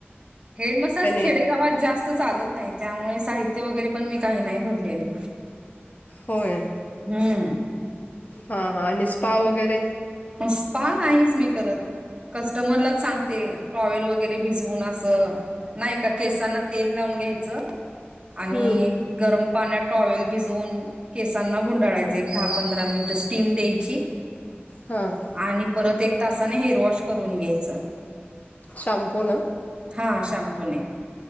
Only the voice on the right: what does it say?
हेड मसाज
खेडेगावात जास्त- चालत नाही, त्यामुळे साहित्य वगैरे पण मी काही नाही भरलेलं.
हम्म
स्पा नाहीच मी करत. कस्टमरलाच सांगते टॉवेल वगैरे भिजवून - अस नाही का केसांना तेल लावून घ्यायचं आणि-
गरम पाण्यात टॉवेल भिजवून- केसांना गुंडाळायच एक दहा पंधरा मिनिटं स्टीम द्यायची.
आणि परत एक तासाने हेअर वॉश करून घ्यायचं.
हा शॅम्पूनेे.